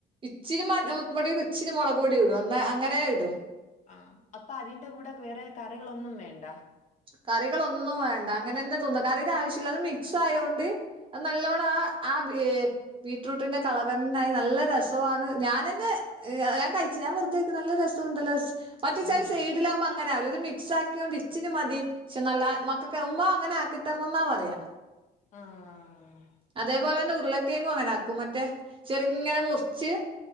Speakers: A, on the right; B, on the left.
A: ഇച്ചിരി മഞ്ഞൾപ്പൊടിയും, ഇച്ചിരി മോളക് പൊടി ഇടും അന്ന അങ്ങനെ ഇടൂ
B: ആഹ് അപ്പ അതിന്റെ കൂടെ വേറെ കറികളൊന്നും വേണ്ട
A: കറികളോന്നും വേണ്ട അങ്ങനെന്നെ തിന്ന കറിയുടെ ആവശ്യല്ല അത് മിക്സ് ആയോണ്ട് അത് നല്ലോണം ആഹ് ആഹ് <unintelligible> ബീറ്റ്റൂട്ടിന്റെ കളറെന്നെ ആയി നല്ല രസൊണ് ഞാനെന്നെ ഏഹ് ഞാൻ കഴിച്ചു ഞാൻ വെറുതേക്ക് നല്ല രസൊണ്ടല്ലോ മറ്റെച്ചാൽ
B: ആഹ്
A: സൈഡിലാവുമ്പം അങ്ങനെ അവൂലെ ഇത് മിക്സ് ആക്കിയത് കൊണ്ട് ഇച്ചിരി മതി പക്ഷെ നല്ല മക്കക്ക് ഉമ്മ അങ്ങനെ ആക്കിത്തരണം എന്നാ പറയാ
B: ആഹ്
A: അതേപോലെ തന്നെ ഉരുളക്കിഴങ്ങും അങ്ങനെ ആക്കും മറ്റെ ചെറ്ങ്ങനെ മു ച്ച്